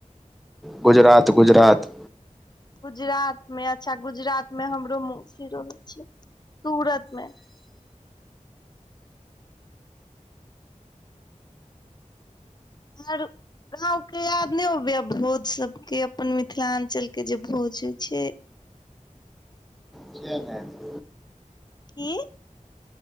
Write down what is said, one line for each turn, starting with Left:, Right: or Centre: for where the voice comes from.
Centre: गुजरात -गुजरात
Left: गुजरात में अच्छा गुजरात में हमरो मौसी रहै छै। सूरत में। आर गाँंव के याद नइ ओबैया भोज सबके, अपन मिथिलाञ्चल के जे भोज होइ छै?
Centre: किया नै ऐत
Left: की?